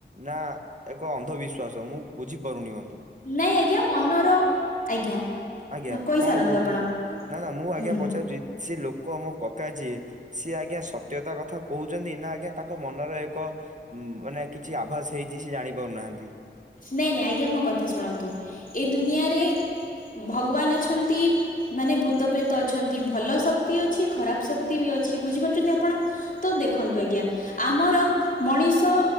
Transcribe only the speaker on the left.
ନାଇଁ ଆଜ୍ଞା ମନର ଆଜ୍ଞା
କହିସାରନ୍ତୁ
ଆପଣ
ହୁଁ
ନାଇଁ ନାଇଁ ଆଜ୍ଞା ମୋ କଥା ଶୁଣନ୍ତୁ ଏଇ ଦୁନିଆରେ ଭଗବାନ ଅଛନ୍ତି ମାନେ ଭୂତ ପ୍ରେତ ଅଛନ୍ତି। ଭଲ ଶକ୍ତି ଅଛି ଖରାପ ଶକ୍ତି ବି ଅଛି। ବୁଝିପାର ନ୍ତି ଆପଣ ତ ଦେଖନ୍ତୁ। ଆଜ୍ଞା ଆମର ମଣିଷ